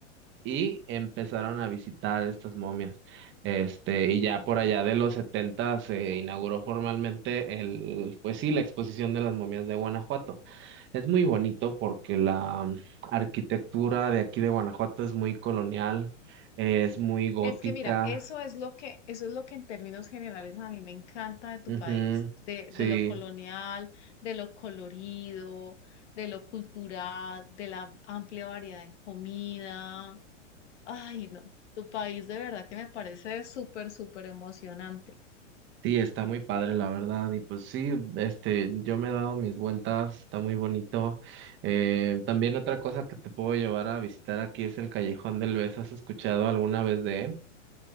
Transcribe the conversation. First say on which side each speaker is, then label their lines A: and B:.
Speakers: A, on the right; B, on the left.
A: y empezaron a visitar estas momias. Este, y ya por allá de los 70 se inauguró formalmente el, pues sí, la exposición de las momias de Guanajuato. Es muy bonito porque la mm, arquitectura de aquí de Guanajuato es muy colonial, eh, es muy gótica.
B: Es que mira, eso es lo que, eso es lo que en términos generales a mí me encanta de tu
A: Ujú,
B: país, de,
A: sí.
B: de lo colonial, de lo colorido, de lo cultural, de la amplia variedad en comida. Ay, no, tu país de verdad que me parece súper, súper emocionante.
A: Sí, está muy padre, la verdad. Y pues sí, este, yo me he dado mis vueltas, está muy bonito. Eh, también otra cosa que te puedo llevar a visitar aquí es el Callejón del Beso. ¿Has escuchado alguna vez de él?